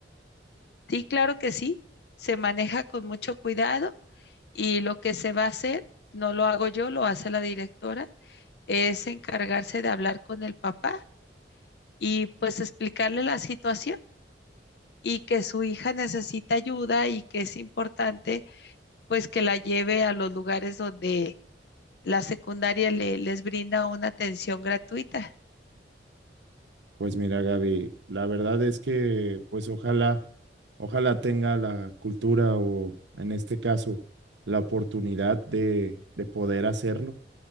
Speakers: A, on the left; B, on the right.
A: Sí, claro que sí, se maneja con mucho cuidado y lo que se va a hacer, no lo hago yo, lo hace la directora, es encargarse de hablar con el papá y pues explicarle la situación y que su hija necesita ayuda y que es importante pues que la lleve a los lugares donde la secundaria le- les brinda una atención gratuita.
B: Pues mira, Gaby, la verdad es que pues ojalá, ojalá tenga la cultura o en este caso la oportunidad de, de poder hacerlo,